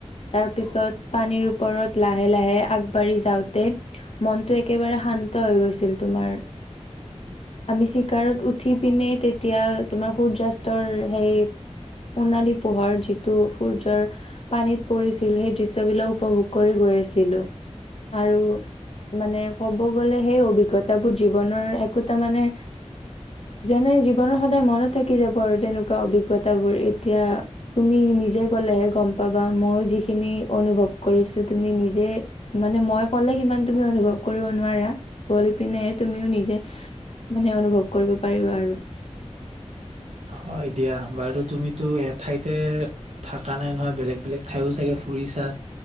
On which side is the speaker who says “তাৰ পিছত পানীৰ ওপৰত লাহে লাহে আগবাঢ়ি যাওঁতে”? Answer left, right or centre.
Left